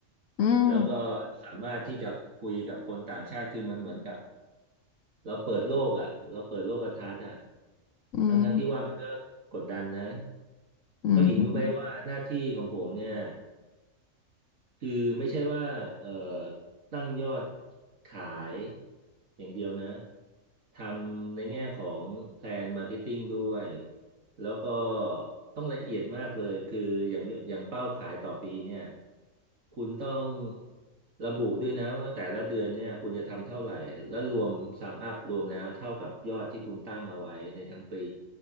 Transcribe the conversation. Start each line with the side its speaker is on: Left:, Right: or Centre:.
Left: อืม
Right: แล้วก็สามารถที่จะคุยกับคนต่างชาติคือมันเหมือนกับ เราเปิดโลกอ่ะเราเปิดโลกทัศน์อ่ะ
Left: อืม
Right: ทั้งทั้งที่ว่ามันก็กดดันนะ
Left: อืม
Right: เพราะหญิงรู้ไหมว่าหน้าที่ของผมเนี่ย คือไม่ใช่ว่าเอ่อตั้งยอดขายอย่างเดียวนะทำในแง่ของแพลนมาร์เก็ตติ้งด้วยแล้วก็ต้องละเอียดมากเลยคืออย่างอย่างเป้าขายต่อปีเนี่ยคุณต้องระบุด้วยนะว่าแต่ละเดือนเนี่ยคุณจะทำเท่าไหร่และรวมซัมอัพรวมแล้วเท่ากับยอดที่คุณตั้งเอาไว้ในทั้งปี